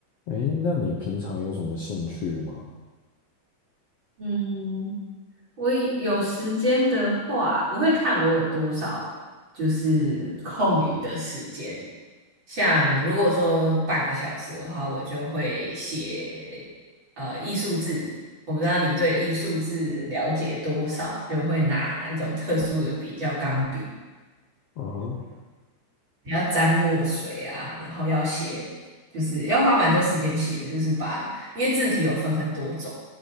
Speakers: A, on the left; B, on the right.
A: 诶，那你平常有什么兴趣吗？
B: 嗯，我以有时间的话，我会看我有多少就是空余的时间。像如果说半个小时的话，我就会写呃艺术字。我不知道你对艺术字了解多少，就会拿一种特殊的笔叫钢笔，
A: 嗯哼，
B: 你要沾墨水啊，然后要写，就是要花蛮多时间写的，就是把，因为字体有分很多种，